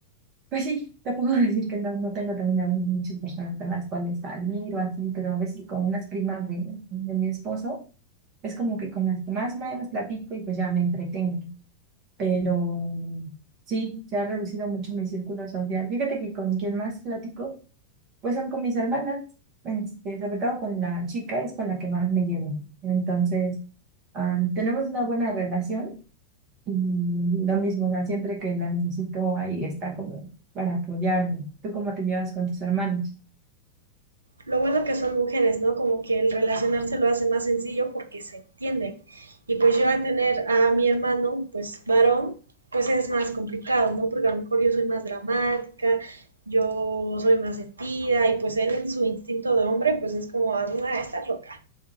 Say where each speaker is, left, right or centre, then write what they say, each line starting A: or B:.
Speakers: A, on the right (about 35°); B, on the right (about 75°).
A: Pues sí, te puedo <laughs> decir que no, no tengo también a veces muchas personas con las cuales salir o así, pero a veces con unas primas de, de mi esposo es como que con las que más o menos platico y pues ya me entretengo. Pero sí, se ha reducido mucho mi círculo social. Fíjate que con quien más platico, pues son con mis hermanas, este, sobre todo con la chica, es con la que más me llevo. Entonces, ah, tenemos una buena relación y lo mismo, o sea, siempre que la necesito, ahí está como para apoyarme. ¿Tú cómo te llevas con tus hermanos?
B: Lo bueno que son mujeres, ¿no? Como que el relacionarse lo hace más sencillo porque se entienden. Y pues yo a tener a mi hermano, pues varón, pues es más complicado, ¿no? Porque a lo mejor yo soy más dramática, yo soy más sentida y pues él en su instinto de hombre, pues es como, ah, está loca.